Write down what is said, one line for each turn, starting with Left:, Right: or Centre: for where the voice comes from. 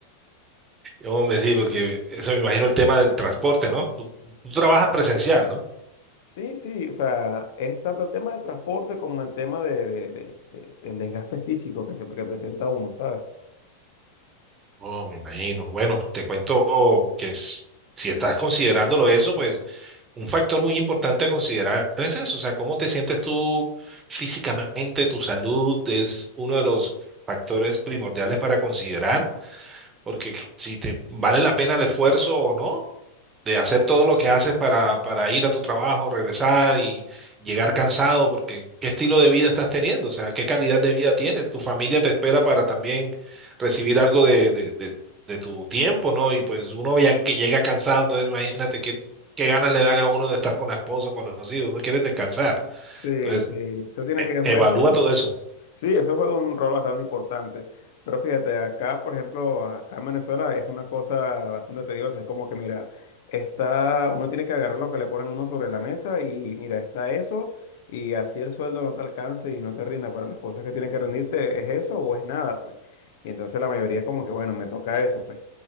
Right: Hombre, sí, porque eso me imagino el tema del transporte, ¿no? Tú, tú trabajas presencial, ¿no?
Left: Sí, sí, o sea, es tanto el tema del transporte como el tema de, de- de- de- del desgaste físico que se que presenta uno, ¿sabes?
Right: Oh, me imagino. Bueno, te cuento que es- si estás considerándolo eso, pues un factor muy importante a considerar es eso, o sea, cómo te sientes tú físicamente, tu salud es uno de los factores primordiales para considerar, porque si te vale la pena el esfuerzo o no. de hacer todo lo que haces para, para ir a tu trabajo, regresar y llegar cansado, porque ¿qué estilo de vida estás teniendo? O sea, ¿qué calidad de vida tienes? Tu familia te espera para también recibir algo de, de, de- de tu tiempo, ¿no? Y pues uno ya que llega cansado, entonces imagínate qué, qué ganas le dan a uno de estar con la esposa, con los hijos, uno quiere descansar.
Left: Sí,
Right: Entonces,
Left: sí, eso tiene
Right: e-
Left: que, eso,
Right: evalúa todo eso.
Left: Sí, eso juega un rol bastante importante. Pero fíjate, acá, por ejemplo, acá en Venezuela es una cosa bastante tediosa. Es como que, mira, está, uno tiene que agarrar lo que le ponen uno sobre la mesa y mira, está eso y así el sueldo no te alcance y no te rinda para las cosas que tienen que rendirte, es eso o es nada, pues. Y entonces la mayoría como que, bueno, me toca eso, pues.